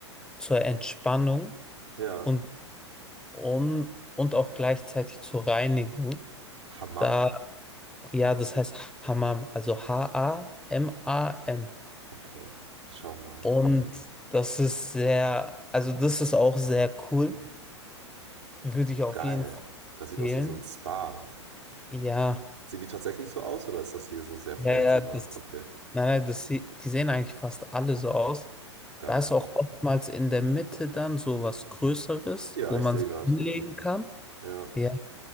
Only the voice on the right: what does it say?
ja.
Hammam?
Okay, ich schau mal.
Geil.
Das sieht
aus wie so ein Spa.
Sehen die tatsächlich so aus oder ist das hier so sehr fancy
nur?
Okay.
Geil.
Ja,
ich
sehe
gerade.
Ja.